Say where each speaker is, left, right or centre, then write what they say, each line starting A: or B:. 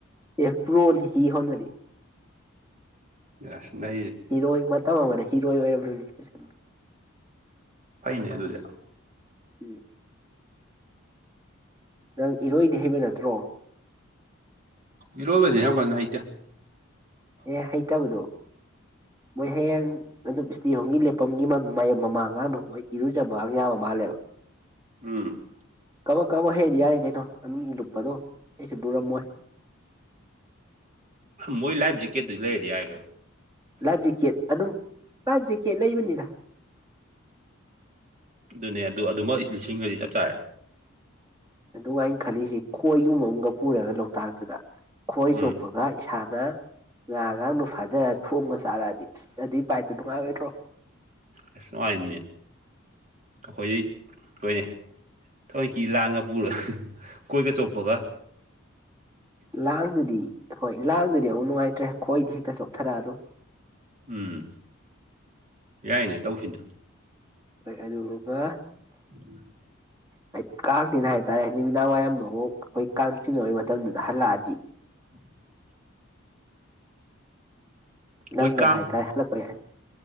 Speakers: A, on the right; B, on the right.
A: ꯑꯦꯄ꯭ꯔꯣꯗꯤ ꯍꯤ ꯍꯣꯟꯜ꯭ꯔꯗꯤ
B: ꯌꯥ ꯅ
A: ꯍꯤꯔꯣꯏ ꯃꯇꯝ ꯑꯃꯗ ꯍꯤꯔꯣꯏ ꯑꯣꯏꯔꯝꯂꯅꯤ
B: ꯐꯩꯅꯦ ꯑꯗꯨꯗ
A: ꯎꯝ ꯅꯪ ꯏꯔꯣꯏꯗꯤ ꯍꯩꯕ ꯅꯠꯇ꯭ꯔꯣ
B: ꯏꯔꯣꯏꯕꯁꯦ ꯌꯥꯝ ꯀꯥꯟꯗ ꯍꯩꯇ
A: ꯑꯦ ꯍꯩꯇꯕꯗꯣ ꯃꯣꯏ ꯍꯌꯦꯡ ꯑꯗꯨꯝ ꯏꯁꯇꯤ ꯍꯣꯝꯒꯤ ꯂꯦꯞꯐꯝꯒꯤ ꯃꯃꯥꯡꯒꯥꯡꯗ ꯃꯣꯏ ꯏꯔꯨꯖꯕꯒ ꯌꯥꯕ ꯃꯥꯜꯂꯦꯕ
B: ꯎꯝ
A: ꯀꯕꯛ ꯀꯕꯛ ꯍꯩꯗꯤ ꯌꯥꯔꯦ ꯀꯩꯅꯣ ꯑꯗꯨꯝ ꯂꯨꯞꯄꯗꯣ ꯑꯩꯁꯨ ꯂꯨꯔꯝꯃꯣꯏ
B: ꯃꯣꯏ ꯂꯥꯏꯐ ꯖꯦꯛꯀꯦꯠꯇꯨꯗꯤ ꯂꯩꯔꯗꯤ ꯍꯥꯏꯒ
A: ꯂꯥꯏ ꯖꯀꯦꯠ ꯑꯗꯨꯝ ꯂꯥꯏ ꯖꯦꯛꯀꯦꯠ ꯂꯩꯕꯅꯤꯗ
B: ꯑꯗꯨꯅꯦ ꯑꯗꯨ ꯑꯗꯨꯃꯛ ꯂꯤꯁꯤꯡꯒꯗꯤ ꯆꯞ ꯆꯥꯔꯦ
A: ꯑꯗꯨꯒꯥꯏꯅ ꯈꯜꯂꯤꯁꯤ ꯈꯣꯏꯒꯨꯝꯕ ꯑꯃꯒ ꯄꯨꯔꯒ ꯂꯣꯛꯇꯥꯛꯇꯨꯗ ꯈꯣꯏ
B: ꯎꯝ
A: ꯁꯣꯛꯄ ꯏꯁꯥꯅ ꯉꯥ ꯉꯥꯡꯗꯨ ꯐꯥꯖꯔꯒ ꯊꯣꯡꯉ ꯆꯥꯔꯛꯑꯗꯤ ꯏꯁꯁ ꯑꯗꯨꯏ ꯄꯥꯏꯠꯇ ꯅꯨꯡꯉꯥꯏꯔꯣꯏꯗ꯭ꯔꯣ
B: ꯑꯁ ꯅꯨꯡꯉꯥꯏꯅꯤꯅꯦ ꯑꯩꯈꯣꯏꯗꯤ ꯀꯣꯏꯅꯦ ꯊꯃꯣꯏꯀꯤ ꯂꯥꯡꯉ ꯄꯨꯔꯒ ꯀꯣꯏꯕ ꯆꯣꯄꯒ
A: ꯂꯥꯡꯗꯨꯗꯤ ꯍꯣꯏ ꯂꯥꯡꯗꯨꯗꯤ ꯑꯃꯨꯛ ꯅꯨꯡꯉꯥꯏꯇ꯭ꯔꯦ ꯈꯣꯏꯗꯤ ꯍꯦꯛꯇ ꯆꯣꯊꯔꯛꯑ ꯑꯗꯨ
B: ꯎꯝ ꯌꯥꯏꯅꯦ ꯇꯧꯁꯤꯅ
A: ꯍꯣꯏ ꯑꯗꯨꯒꯕ
B: ꯎꯝ
A: ꯍꯥꯏ ꯀꯥꯡꯁꯤꯤꯅ ꯍꯥꯏꯇꯥꯔꯦ ꯅꯨꯃꯤꯗꯥꯡ ꯋꯥꯏꯔꯝꯗꯣ ꯑꯃꯨꯛ ꯑꯩꯈꯣꯏ ꯀꯥꯡ ꯆꯤ ꯑꯣꯏꯒꯤ ꯃꯇꯝꯗꯨꯗ ꯍꯜꯂꯛꯑꯗꯤ
B: ꯎꯝ ꯑꯩꯈꯣꯏ
A: ꯅꯪꯅꯕ
B: ꯀꯥꯡ
A: ꯍꯥꯏꯇꯥꯔꯦ ꯍꯜꯂꯛꯄ ꯌꯥꯏ